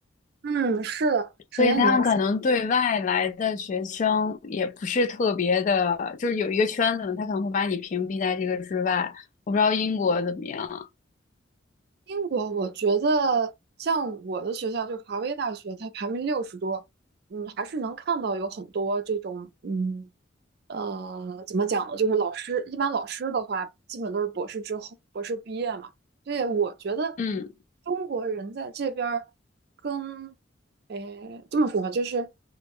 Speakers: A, on the right; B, on the left.
A: 嗯，是的，首先你要。
B: 所以他们可能对外来的学生也不是特别的，就是有一个圈子嘛，他可能会把你屏蔽在这个之外。我不知道英国怎么样，
A: 英国，我觉得像我的学校，就华威大学，它排名六十多，嗯，还是能看到有很多这种，嗯，呃，怎么讲呢？就是老师，一般老师的话，基本都是博士之后，博士毕业嘛。所以我觉得
B: 嗯，
A: 中国人在这边儿跟，诶，这么说吧，就是，